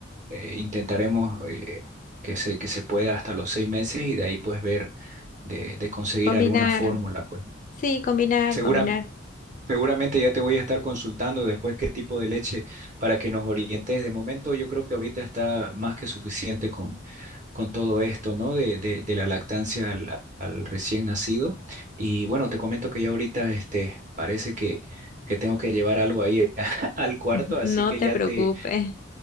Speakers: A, on the right; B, on the left.
A: eh, intentaremos eh, que se, que se pueda hasta los seis meses y de ahí pues ver de, de conseguir
B: Combinar,
A: alguna fórmula, pues. ¿no?
B: sí, combinar,
A: Segura-
B: combinar.
A: Seguramente ya te voy a estar consultando después qué tipo de leche para que nos orientes. De momento, yo creo que ahorita está más que suficiente con, con todo esto, ¿no? De, de, de la lactancia al, al recién nacido. Y bueno, te comento que ya ahorita este, parece que, que tengo que llevar algo ahí <laughs> al
B: <laughs>
A: cuarto,
B: Ujú,
A: así
B: No
A: que
B: te
A: ya
B: preocupes.
A: te,